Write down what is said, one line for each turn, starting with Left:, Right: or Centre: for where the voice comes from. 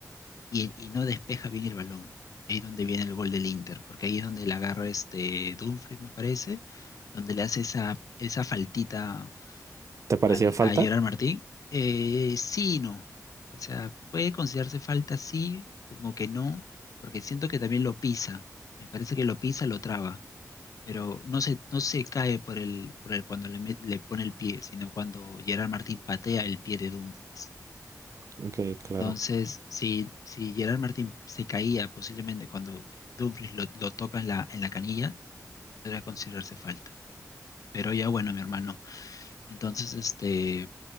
Left: y, y no despeja bien el balón. Ahí es donde viene el gol del Inter, porque ahí es donde la agarra este Dumfries, me parece, donde le hace esa, esa faltita
Right: ¿Te parecía
Left: al,
Right: falta?
Left: a Gerard Martín. Eh, sí y no. O sea, puede considerarse falta, sí, como que no, porque siento que también lo pisa. Me parece que lo pisa, lo traba, pero no se, no se cae por el, por el cuando le, met- le pone el pie, sino cuando Gerard Martín patea el pie de Dumfries.
Right: Ok, claro.
Left: Entonces, si, si Gerard Martín se caía posiblemente cuando Dumfries lo, lo toca en la, en la canilla, debería considerarse falta. Pero ya bueno, mi hermano. Entonces, este,